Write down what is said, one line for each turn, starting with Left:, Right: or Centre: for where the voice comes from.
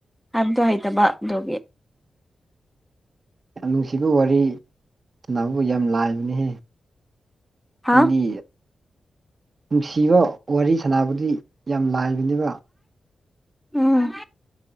Centre: ꯍꯥꯏꯕꯗꯣ ꯍꯩꯇꯕ ꯑꯗꯨꯒꯤ
Right: ꯌꯥꯝ ꯅꯨꯡꯁꯤꯕ ꯋꯥꯔꯤ ꯁꯟꯅꯕꯕꯨ ꯌꯥꯝ ꯂꯥꯏꯕꯅꯤꯍꯦ
Centre: ꯍꯥ
Right: ꯍꯥꯏꯗꯤ ꯅꯨꯡꯁꯤꯕ ꯋꯥꯔꯤ ꯁꯥꯟꯅꯕꯗꯤ ꯌꯥꯝ ꯂꯥꯏꯕꯅꯦꯕ
Centre: ꯎꯝ